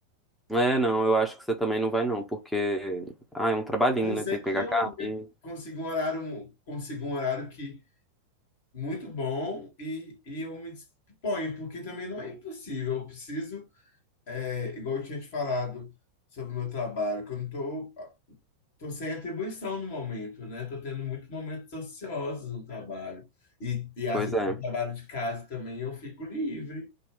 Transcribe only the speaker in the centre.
É, não, eu acho que você também não vai não, porque ah, é um trabalhinho,
né?
Tem que
pegar
carro
e...
Pois
é.